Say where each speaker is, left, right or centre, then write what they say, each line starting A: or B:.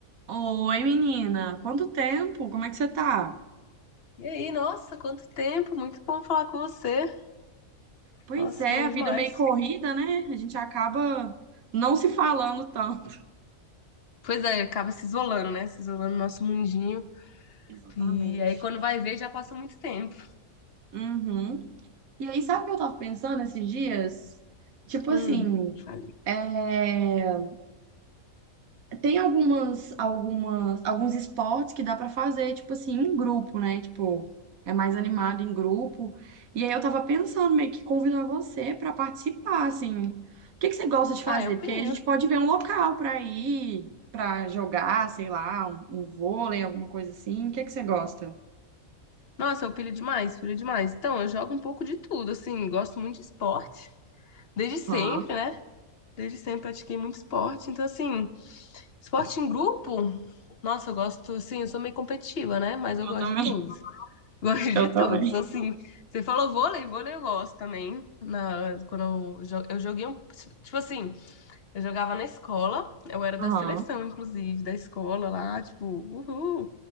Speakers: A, on the right; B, on the left.
A: Oi, menina, quanto tempo? Como é que você tá?
B: E aí, nossa, quanto tempo! Muito bom falar com você.
A: Pois
B: Nossa,
A: é,
B: bom
A: a
B: demais.
A: vida é meio corrida, né? A gente acaba não se falando tanto.
B: Pois é, acaba se isolando, né? Se isolando no nosso mundinho.
A: <laughs> Exatamente.
B: E aí, quando vai ver, já passa muito tempo.
A: Uhum. E aí, sabe o que eu tava pensando esses dias? Tipo
B: Hum,
A: assim,
B: falei.
A: é... Tem algumas, algumas, alguns esportes que dá pra fazer, tipo assim, em grupo, né? Tipo, é mais animado em grupo. E aí eu tava pensando meio que convidar você pra participar, assim. O que que você gosta de
B: Uai,
A: fazer?
B: eu
A: Porque
B: pilho.
A: aí a gente pode ver um local pra ir, pra jogar, sei lá, um, um vôlei, alguma coisa assim. O que que você gosta?
B: Nossa, eu pilho demais, pilho demais. Então, eu jogo um pouco de tudo, assim, gosto muito de esporte. Desde sempre,
A: Aham,
B: né? Desde sempre pratiquei muito esporte. Então, assim, esporte em grupo, nossa, eu gosto, assim, eu sou meio competitiva, né? Mas eu
A: eu
B: gosto
A: também,
B: de tudo. Gosto
A: eu
B: de todos.
A: também.
B: Assim, você falou vôlei, vôlei eu gosto também. Na, quando eu, jo- eu joguei um. Tipo assim, eu jogava na escola, eu era da
A: Aham,
B: seleção, inclusive, da escola lá, tipo, uhul.